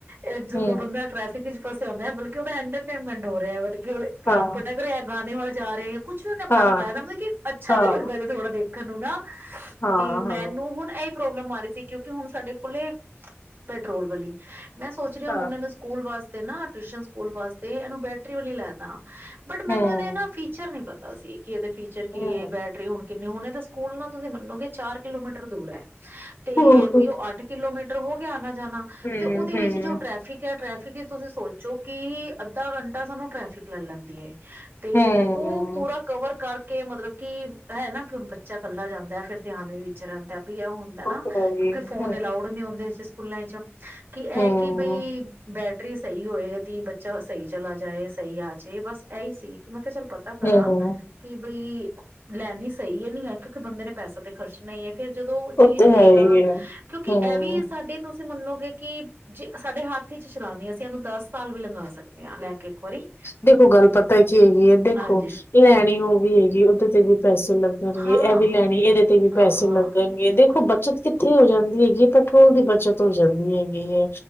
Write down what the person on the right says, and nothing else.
ਇਹ ਜਦੋਂ
ਬੰਦਾ ਟਰੈਫ ਫਸਿਆ ਹੁੰਦਾ ਬਲਕਿ ਉਹਦਾ ਇੰਟਰਟੇਨਮੈਂਟ ਹੋ ਰਿਹਾ ਵ ਧਿਆਨ
ਭਟਕ ਰਿਹਾ। ਗਾਣੇ ਵੱਲ ਜਾ ਰਹੇ ਹੈ, ਕੁੱਛ ਵੀ ਆਪਣਾ
ਲਗਾਇਆ, ਮਤਲਬ ਕਿ ਅੱਛਾ
ਵੀ ਲੱਗਦਾ ਥੋੜਾ ਦੇਖ ਕਾਨੂੰ ਨਾ,
ਤੇ
ਮੈਨੂੰ ਹੁਣ ਇਹ, ਪ੍ਰੋਬਲਮ ਆ ਰਹੀ ਸੀ, ਕਿਉਂਕਿ ਹੁਣ ਸਾਡੇ ਕੋਲ ਪੈਟਰੋਲ ਵਾਲੀ ਮੈਂ ਸੋਚ ਰਹੀ
ਹੁਣ ਏਨੂੰ ਸਕੂਲ ਵਾਸਤੇ ਤੇ ਨਾ, ਟਿਊਸ਼ਨ, ਸਕੂਲ ਵਾਸਤੇ ਇਹਨੂੰ ਬੈਟਰੀ ਆਲੀ ਲੈਦਾ। ਬਟ ਮੈਨੂੰ
ਇਹਦੇ ਨਾ ਫੀਚਰ ਨੀ ਪਤਾ। ਅਸੀ। ਕੀ ਇਹਦੇ ਫੀਚਰ ਕੀ
ਏ, ਬੈਟਰੀ ਹੁਣ ਕਿੰਨੇ ਹੁਣੇ ਤਾਂ ਸਕੂਲ ਨਾ ਤੁਸੀਂ ਮੰਨੋਗੇ, ਚਾਰ ਕਿਲੋਮੀਟਰ ਦੂਰ ਐ। ਤੇ
ਔਈਓ ਅੱਠ ਕਿਲੋਮੀਟਰ ਹੋ ਗਿਆ। ਜਾਣਾ
ਤੇ ਉਹਦੇ ਵਿੱਚ
ਜੋ ਟ੍ਰੈਫਿਕ ਹੈ ਟ ਤੁਸੀਂ ਸੋਚੋ, ਕਿ ਅੱਧਾ ਘੰਟਾ ਸਾਨੂੰ ਟ੍ਰੈਫਿਕ ਲੈ ਲੈਂਦੀ ਏ। ਤੇ
ਉਹ ਪੂਰਾ ਕਵਰ ਕਰਕੇ ਮਤਲਬ ਕਿ ਹੈ, ਨਾ ਕਿ ਬੱਚਾ ਕੱਲਾ ਜਾਂਦਾ ਫੇਰ, ਧਿਆਨ ਵੀ ਵਿਚ ਰਹਿੰਦਾ। ਵੀ ਉਹ ਹੁੰਦਾ ਨਾ
ਕਿਉਂਕਿ
ਫੋਨ
ਏਲਾਊਡ ਨੀ ਹੁੰਦੇ ਜਿਸ ਖੁਲਾਂਈ ਚ, ਕਿ ਇਹ
ਕਿ, ਬਈ ਬੈਠ ਟਰੀ ਸਹੀ ਹੋਏ ਦੀ ਬੱਚਾ ਸਹੀ ਚਲਾ ਜਾਏ, ਸਹੀ ਆ ਜਾਏ ਬਸ ਇਹੀ ਸੀ ਕਿ, ਮੈਂ ਕਿਹਾ ਚਲ ਪਤਾ ਕਰਾਂ।
ਕਿ ਬਈ, ਲੈਨੀ ਸਹੀ ਹੈ, ਨੀ ਲੈ, ਕਿਉਂਕਿ ਬੰਦੇ ਨੇ ਪੈਸਾ ਤੇ ਖਰਚਣਾ ਹੀ ਹੈ। ਫੇਰ ਜਦੋਂ ਚੀਜ਼
ਲਏਗਾ,
ਕਿਉਂਕਿ
ਇਹ ਵੀ ਸਾਡੇ ਤੋ ਤੁਸੀਂ ਮੰਨੋਗੇ, ਕਿ ਜੇ ਸਾਡੇ ਹੱਥ ਚ ਚਲਾਨੇ ਅਸੀਂ ਇਹਨੂੰ ਦਸ ਸਾਲ ਵੀ ਲੰਗਾ ਸਕਦੇ ਹਾਂ ਲੈ ਕੇ। ਇੱਕ ਵਾਰੀ
ਹਾਂਜੀ
ਹਾਂ
ਹਾਂ
ਹਾਂ
ਬਿਲਕੁਲ